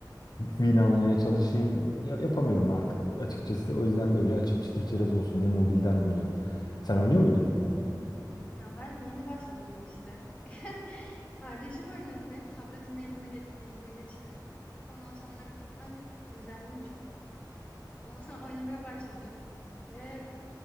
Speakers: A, on the left; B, on the left.
A: e, vin almaya çalışayım. Ya, yapamıyorum artık açıkçası. O yüzden böyle açıp çıtır çerez olsun diye mobilden oynuyorum. Sen oynuyor muydun?
B: Ya, ben yeni başladım işte. <laughs> Kardeşim oynuyordu benim tabletimi elime ge eline geçirip. Ondan sonra ben de özendim çok. Ondan sonra <laughs> oynamaya başladım ve